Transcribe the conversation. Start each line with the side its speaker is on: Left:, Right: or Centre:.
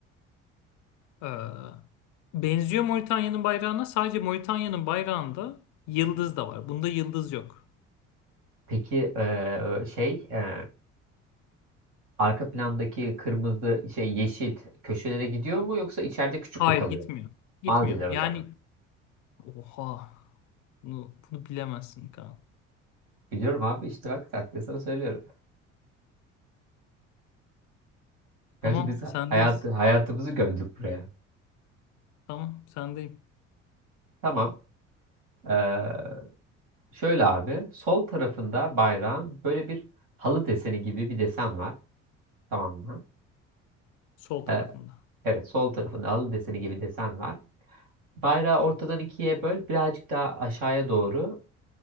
Left: Ee, benziyor Moritanya'nın bayrağına. Sadece Moritanya'nın bayrağında yıldız da var. Bunda yıldız yok.
Right: Peki e, şey e, Arka plandaki kırmızı şey yeşil köşelere gidiyor mu yoksa içeride küçük
Left: Hayır
Right: mü kalıyor?
Left: gitmiyor. Gitmiyor.
Right: Maldivler
Left: Yani
Right: o zaman.
Left: oha. Bunu, bunu bilemezsin Kaan.
Right: Biliyorum abi işte bak taktiği sana söylüyorum.
Left: Tamam
Right: Gerçi biz
Left: sendeyiz.
Right: hayatı, hayatımızı gömdük buraya.
Left: Tamam sendeyim.
Right: Tamam. Ee, şöyle abi sol tarafında bayrağın böyle bir halı deseni gibi bir desen var. Tamam mı?
Left: Sol tarafında.
Right: Ee, evet sol tarafında halı deseni gibi desen var. Bayrağı ortadan ikiye böl, birazcık daha aşağıya doğru.